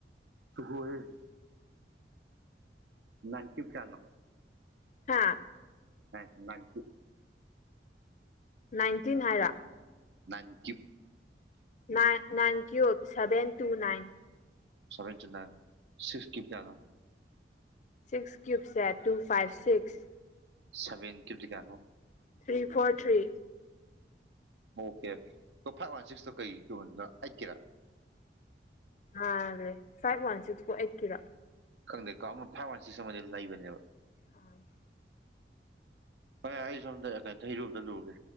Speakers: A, on the right (about 75°); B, on the left (about 45°).
A: ꯑꯣꯏꯣꯏꯔ ꯅꯅꯤ ꯆꯤ ꯀꯅꯣ
B: ꯍꯥꯥ
A: ꯑꯦ ꯂꯀꯤ
B: ꯅꯥꯏꯟꯇꯤꯟ ꯍꯥꯏꯔ
A: ꯅꯅꯤ ꯀꯨꯝ
B: ꯅꯥꯏ nine Q seven two nine
A: ꯁꯃꯃꯦ ꯆ ꯁꯤꯐꯀꯤꯞ ꯀꯌꯥꯗꯣ
B: ꯁꯤꯛꯁ ꯀ꯭ꯌꯨꯕꯁꯦ ꯇꯨ ꯐꯥꯏꯚ ꯁꯤꯛꯁ
A: ꯁꯚꯦꯟ ꯀ꯭ꯗꯤꯀꯥꯅꯣ
B: three four three
A: okay five one ꯁꯤꯛꯁꯇꯣ ꯀꯩ ꯀꯗ ꯑꯩꯠꯀꯤꯔꯥ
B: ꯑꯦ ꯐꯥꯏꯕ ꯋꯥꯟ ꯁꯤꯁ ꯐꯣꯔ ꯑꯩꯠ ꯀꯤꯂꯣ
A: ꯈꯪꯗꯦ ꯀꯣ ꯑꯃ ꯐꯥꯎ ꯋꯥꯟꯁꯤ ꯁꯃ ꯂꯩꯕꯅꯦꯕ
B: ꯑꯥ
A: ꯍ ꯑꯩ ꯁꯣꯝꯗ ꯀꯩꯅ ꯆꯍꯤꯩꯔꯣꯝꯗ ꯂꯨꯔꯒꯦ